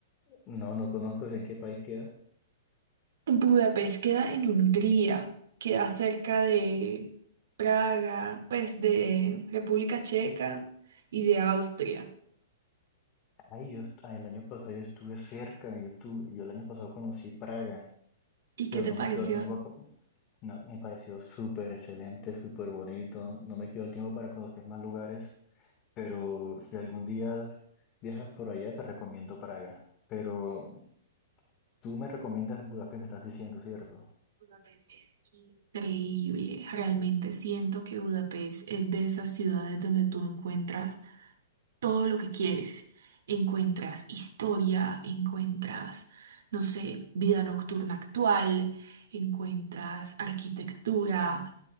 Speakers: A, on the left (about 30°); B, on the right (about 75°).
A: No, no conozco en qué país queda.
B: no? Budapest queda en Hungría, queda cerca de Praga, pues de República Checa y de Austria.
A: Ay, yo est- ay, el año pasado yo estuve cerca, yo, estuve, yo el año pasado conocí Praga,
B: ¿Y
A: pero
B: qué te
A: no
B: pareció?
A: me quedó tiempo a co- no, me pareció súper excelente, súper bonito, no me quedó el tiempo para conocer más lugares, pero si algún día viajas por allá, te recomiendo Praga. Pero tú me recomiendas Budapest, me estás diciendo, ¿cierto?
B: Budapest es increíble. Realmente siento que Budapest es de esas ciudades donde tú encuentras todo lo que quieres. Encuentras historia, encuentras, no sé, vida nocturna actual, encuentras arquitectura,